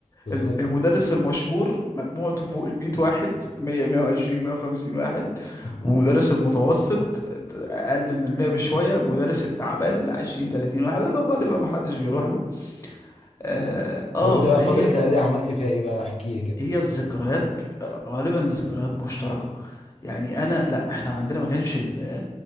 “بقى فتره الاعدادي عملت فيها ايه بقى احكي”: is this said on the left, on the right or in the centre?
Left